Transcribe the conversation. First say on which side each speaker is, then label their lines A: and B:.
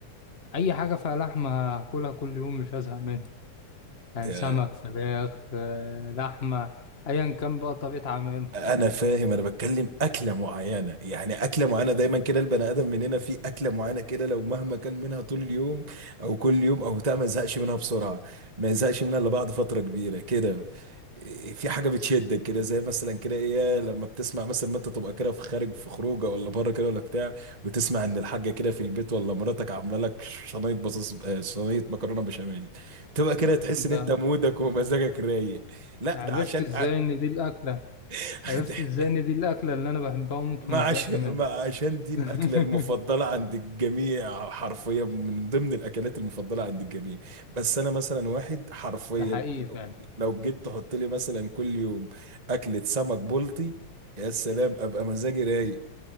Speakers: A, on the left; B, on the right.
A: أي حاجة فيها لحمة هاكلها كل يوم مش هزهق منها يعني
B: منها
A: سمك فراخ آه، لحمة أيا كان بقى طريقة عمله
B: انا فاهم انا بتكلم اكله معينه يعني اكله معينه دايما كده البني ادم مننا في اكله معينه كده لو مهما كان منها طول اليوم او كل يوم او بتاع ما يزهقش منها بسرعه ما يزهقش منها الا بعد فتره كبيره كده إيه، في حاجه بتشدك كده زي مثلا كده ايه لما بتسمع مثلا ما انت تبقى كده في خارج في خروجه ولا بره كده ولا بتاع وتسمع ان الحاجه كده في البيت ولا مراتك عامله لك صينيه بطاطس آه، صينيه مكرونه بشاميل تبقى كده تحس
A: أنت
B: ان انت مودك ومزاجك رايق لا
A: عرفت
B: ده عشان
A: إزاي إن دي الأكلة
B: <laughs>
A: عرفت إزاي إن دي الأكلة اللي أنا بحبها وممكن
B: ما
A: ما
B: عش...
A: أزهقش
B: ما
A: منها
B: عشان دي الأكلة
A: <laughs>
B: المفضلة عند الجميع حرفيا من ضمن الأكلات المفضلة عند الجميع بس أنا مثلا واحد حرفيا
A: ده حقيقي
B: لو,
A: فعلا
B: لو جيت تحط لي مثلا كل يوم أكلة سمك بلطي يا سلام أبقى مزاجي رايق